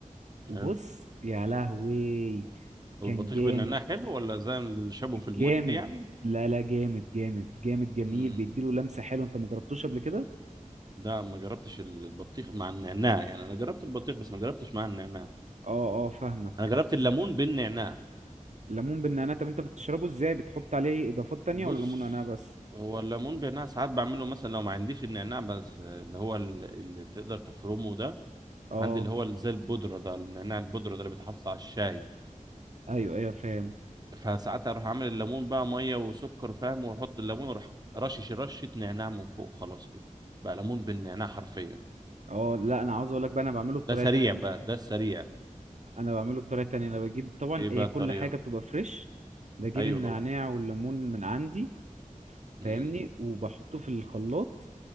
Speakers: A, on the right; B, on the right.
A: وبص
B: حلو
A: يا لهوي كان
B: والبطيخ
A: جامد
B: بالنعناع حلو ولا زي اللي شابه في المد
A: جامد
B: يعني
A: لا لا جامد جامد جامد جميل
B: امم
A: بيديله لمسة حلوة انت مجربتوش قبل كده
B: لا ما جربتش ال- البطيخ مع النعناع يعني انا جربت البطيخ بس ما جربتش مع النعناع
A: اه اه فاهمك
B: انا جربت الليمون بالنعناع
A: ليمون بالنعناع طب انت بتشربه ازاي بتحط عليه اضافات تانية
B: بص
A: ولا ليمون نعناع بس
B: هو الليمون بالنعناع ساعات بعمله مثلا لو ما عنديش النعناع بس آه، اللي هو ال- اللي تقدر تفرمه ده
A: اه
B: عندي اللي هو اللي زي البودرة ده النعناع البودرة ده اللي بيتحط على الشاي
A: ايوه ايوه فاهم
B: فساعتها اروح عامل الليمون بقى ميه وسكر فاهم واحط الليمون واروح رشش رشه نعناع من فوق خلاص كده بقى ليمون بالنعناع حرفيا
A: اه لا انا عاوز اقول لك بقى انا بعمله بطريقة
B: ده سريع
A: تانية
B: بقى ده السريع
A: انا بعمله بطريقة تانية انا بجيب طبعا
B: ايه بقى
A: هي
B: الطريقه
A: كل حاجة بتبقى فريش بجيب
B: ايوه
A: النعناع
B: طبعا
A: والليمون من عندي فاهمني
B: امم
A: وبحطه في الخلاط